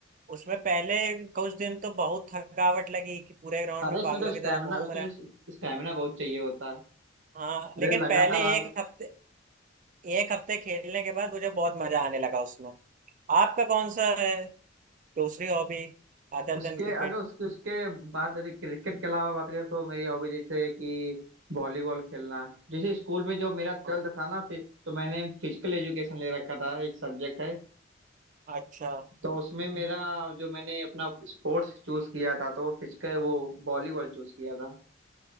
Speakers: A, on the right; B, on the right.
A: उसमें पहले कुछ दिन तो बहुत थकावट लगी कि पूरे ग्राउंड
B: अरे
A: में
B: इसमें
A: पागलों
B: तो स्टैमिना
A: की तरह घूम
B: उसमें
A: रहा है
B: स्टैमिना बहुत चाहिए होता है
A: हाँ
B: अरे
A: लेकिन
B: लगातार
A: पहले
B: आप
A: एक हफ्ते एक हफ्ते खेलने के बाद मुझे बहुत मजा आने लगा उसमें आपका कौन सा है दूसरी हॉबी अदर
B: उसके
A: देन क्रिकेट
B: अगर उसके उसके बाद क्रिकेट के अलावा बात करें तो मेरी हॉबी जैसे है कि वॉलीबॉल खेलना जैसे स्कूल में जो मेरा ट्वेल्थ
A: हाँ
B: था ना फिर तो मैंने फिजिकल एजुकेशन ले रखा था एक सब्जेक्ट है
A: अच्छा
B: तो उसमें मेरा जो मैंने अपना स्पोर्ट्स चूज किया था तो वो फिजिकल वो वॉलीबॉल चूज किया था